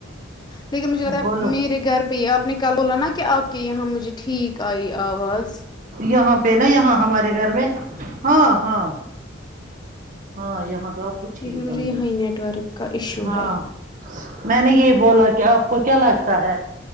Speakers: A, on the left (about 20°); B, on the right (about 40°).
A: لیکن مجھے لگا
B: بولو
A: میرے گھر پہ ہی آپ نے کل بولا نا کہ آپ کے یہاں مجھے ٹھیک آئی آواز
B: یہاں پہ نا یہاں ہمارے گھر میں ہاں ہاں ہاں یہاں تو آپ کو ٹھیک
A: یہ پھر مجھے
B: آری
A: یہاں ہی نیٹ ورک کا ایشو
B: ہاں
A: ہے
B: میں نے یہ بولا کہ آپ کو کیا لگتا ہے